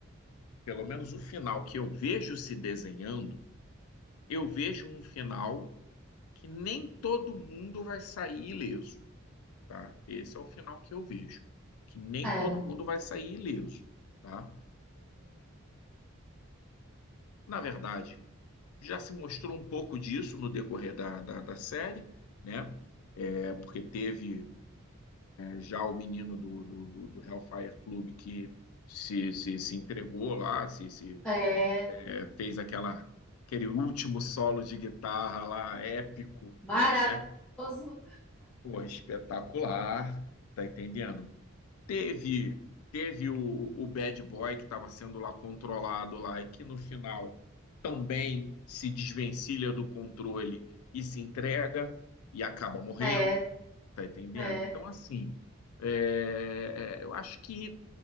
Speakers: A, on the left; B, in the centre.
A: pelo menos o final que eu vejo se desenhando, eu vejo um final que nem todo mundo vai sair ileso, tá? Esse é o final que eu vejo, que nem
B: É,
A: todo mundo vai sair ileso, tá? Na verdade, já se mostrou um pouco disso no decorrer da, da, da série, né? É, porque teve Já o menino do, do, do, do Hellfire Club que se, se, se entregou lá, se, se
B: é
A: é, fez aquela, aquele último solo de guitarra lá, épico,
B: maravilhoso.
A: né? Pô, espetacular, tá entendendo? Teve teve o, o Bad Boy que estava sendo lá controlado lá e que no final também se desvencilha do controle e se entrega e acaba morrendo.
B: É,
A: Tá entendendo?
B: é,
A: Então, assim, é, é, eu acho que